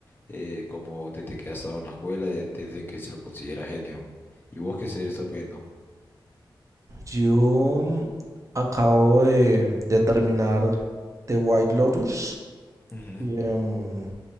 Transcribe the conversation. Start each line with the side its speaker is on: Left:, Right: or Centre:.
Left: eh, como desde que ha estado en la escuela, de- desde que se lo considera genio. ¿Y vos qué serie estás viendo?
Right: Yo mm, acabo de, de terminar The White Lotus,
Left: Ujú,
Right: que mm,